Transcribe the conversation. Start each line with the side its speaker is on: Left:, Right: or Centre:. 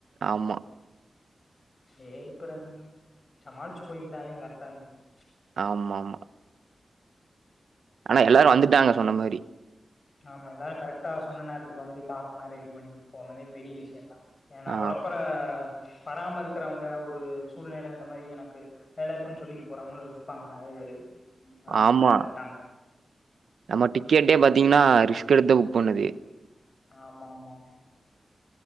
Right: ஆமா
Left: செரி அப்ரெண்ணா சமாளிச்சு <unintelligible> கரெக்டா இருந்துக்கணு
Right: ஆமாமா ஆனா எல்லாரு வந்துட்டாங்க சொன்ன மாரி
Left: ஆமா எல்லாரு கரெக்ட்டா சொன்ன நேரத்துக்கு வந்து காசல்லா ரெடி பண்ணி போனதே பெரிய விஷயந்தா ஏ நா
Right: ஆ.
Left: ஒழப்பர வராமருக்றவங்க ஒரு சூழ்நல இந்த மாரி எனக்கு வேலாருக்குன் சொல்லிட்டு போறாங்களு இருப்பாங்க நெறைய பேரு பரவால்ல
Right: ஆமா.
Left: எல்லாரு வன்ட்டாங்க
Right: நம்ம டிக்கெட்டே பாத்தீங்கன்னா ரிஸ்க் எடுத்து புக் பண்ணுது
Left: ஆமாமாமா